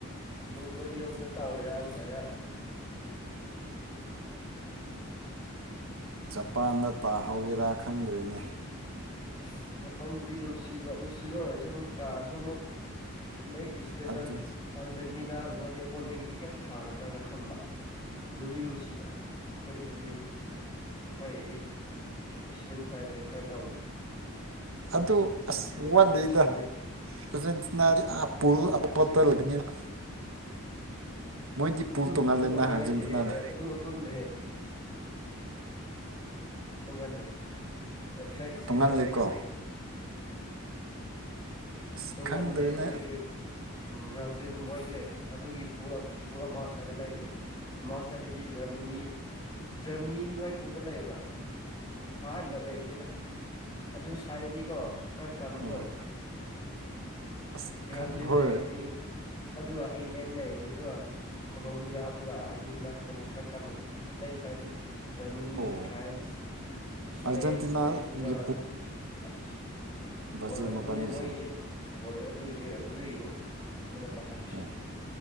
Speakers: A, on the left; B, on the right.
A: ꯃꯣꯡꯒꯣꯂꯤ ꯔꯣꯝꯗ ꯇꯧꯔꯤꯔ ꯅꯠꯇ꯭ꯔꯒ
B: ꯖꯄꯥꯟꯗ ꯇꯥꯍꯧꯒꯦꯔꯥ ꯈꯪꯗ꯭ꯔꯤꯅꯦ
A: ꯑꯁ ꯃꯐꯝꯁꯤ ꯅꯨꯡꯁꯤꯕ ꯅꯨꯡꯁꯤꯕ ꯑꯣꯏꯔꯁꯨ ꯑꯃꯨꯛ ꯀꯥꯔꯁꯨ ꯑꯃꯨꯛ ꯅꯪꯒꯤ ꯏꯁꯇꯦꯇꯁ
B: ꯑꯗꯨ
A: ꯑꯥꯔꯖꯦꯟꯇꯤꯅꯥꯒꯨꯝꯕꯗꯤ ꯄꯣꯅꯤꯡꯒꯤꯗꯤ ꯈꯤꯇꯪ ꯐꯒꯗ꯭ꯔꯅ ꯈꯟꯕ ꯅꯨꯡꯗꯤ ꯅꯨꯡꯁꯤꯕ ꯑꯩꯈꯣꯏꯁꯨ ꯃꯤ ꯑꯩꯈꯣꯏ ꯑꯦꯁꯤꯌꯥꯟ ꯁꯥꯏꯠꯇꯗꯤ ꯑꯩꯈꯣꯏ ꯇꯧꯕ
B: ꯑꯗꯨ ꯑꯁ
A: ꯃꯣꯡꯒꯣꯂꯤꯌꯠꯁꯤꯡꯗꯤ
B: ꯋꯥꯠꯂꯤꯗ ꯑꯖꯦꯟꯇꯤꯅꯥꯗꯤ ꯑꯥꯞ ꯄꯨꯜ ꯑꯇꯣꯞꯄꯇ ꯂꯩꯕꯅꯤꯅ ꯃꯣꯏꯗꯤ ꯄꯨꯜ
A: ꯎꯝ
B: ꯇꯣꯡꯉꯥꯜꯂꯦꯅ
A: ꯑꯇꯣꯞꯄꯔꯒ
B: ꯑꯥꯔꯖꯦꯟꯇꯤꯅꯥꯗꯤ
A: ꯂꯩꯇꯦꯍꯦ ꯑꯗꯨꯒ ꯀꯄꯗꯍꯦ ꯇꯨꯡꯍꯟꯗꯦ ꯑꯦꯐꯦꯛꯁꯅꯤꯅ
B: ꯇꯣꯡꯉꯥꯜꯂꯦꯀꯣ
A: ꯑꯇꯩꯗꯤ
B: ꯑꯁ
A: ꯇꯨꯡꯥꯟꯗꯦꯁ
B: ꯈꯪꯗ꯭ꯔꯦꯅꯦ
A: ꯎ꯭ꯔꯖꯤ ꯜ ꯃꯣꯏꯁꯦ ꯑꯗꯨꯒꯤꯜ ꯑꯃ ꯁ꯭ꯋꯥꯏꯗ ꯂꯩꯕꯅꯦ ꯑꯃ ꯁ꯭ꯋꯥꯏꯗꯗꯤ ꯖꯔꯃꯅꯤ ꯖꯔꯃꯅꯤꯁꯤ ꯅꯏꯄꯨꯗ ꯂꯩꯕ꯭ꯔꯥ ꯑ ꯂꯣꯏꯔ ꯏꯇꯩꯗ ꯑꯗꯨ ꯁ꯭ꯋꯥꯏꯔꯗꯤꯀꯣ ꯈꯔ ꯀꯝꯕꯗꯣ
B: ꯎꯝ ꯑꯁ
A: ꯕ꯭ꯔꯥꯖꯤꯂꯅꯤ
B: ꯈꯪ ꯍꯣꯏ
A: ꯑꯗꯨꯒ ꯏꯪꯂꯦꯟ ꯂꯩꯔꯤꯅꯤ ꯑꯗꯨꯒ ꯀꯣꯂꯣꯝꯕꯤꯌꯥ ꯑꯗꯨꯒ ꯑꯥꯔꯖꯦꯟꯇꯤꯅꯥ ꯈꯛꯇꯅꯤ ꯈꯔ ꯀꯥꯟꯕꯗꯣ ꯑꯇꯩ ꯁꯋꯥꯏꯗꯤ ꯖꯔꯃꯅꯤ
B: ꯑꯣ
A: ꯐ꯭ꯔꯥꯟꯁ ꯏꯁꯄꯦꯟ
B: ꯑꯥꯔꯖꯦꯟꯇꯤꯅꯥꯒꯤ
A: ꯄꯣꯔꯇꯨꯒꯜ ꯑꯁ
B: ꯕꯖꯃꯕꯥꯅꯤꯁꯦ
A: ꯍꯣꯏ ꯑꯗꯨꯅꯦ ꯃꯣꯏ ꯍꯣꯏ ꯑꯗꯨꯒꯤꯅꯦ ꯑꯗꯨꯗꯒꯤꯅꯦ ꯑꯩꯅ ꯄꯥꯈꯠꯄꯁꯦ
B: ꯑꯣ